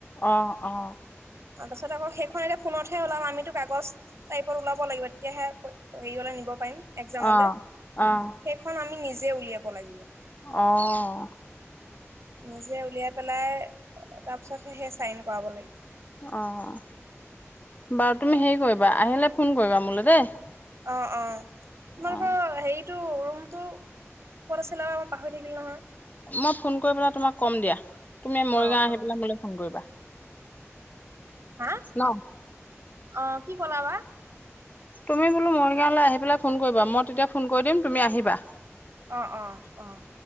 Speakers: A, on the left; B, on the right.
A: অ অ
B: তাৰপাছত আকৌ সেইখন এতিয়া ফোনতহে ওলাম আমিতো কাগজ টাইপত ওলাব লাগিব তেতিয়াহে হেৰি অলে নিব পাৰিম। একজামলৈ
A: অ', অ',
B: সেইখন আমি নি নিজে উলিয়াব লাগিব।
A: অ'।
B: নিজে উলিয়াই পেলাই তাৰ পিছত সেই চাইন কৰাব লাগিব।
A: অ' বাৰু তুমি হেৰি কৰিবা আহিলে ফোন কৰিবা মোলৈ দেই।
B: অ অঁ তোমালোকৰ
A: অ'।
B: হেৰিটো ৰুম টো ক'ত আছিলবা মই পাহৰি থাকিলো নহয়
A: মই ফোন কৰি পেলাই তোমাক কম দিয়া তুমি মৰিগাঁও
B: অ', অ',
A: আহি পেলাই মোলৈ ফোন কৰিবা।
B: হা
A: ন?
B: অ কি কলা বা
A: তুমি বোলো মৰিগাঁওলৈ আহি পেলাই ফোন কৰিবা মই তেতিয়া ফোন কৰি দিম তুমি আহিবা।
B: অ'‌ অ' অ'।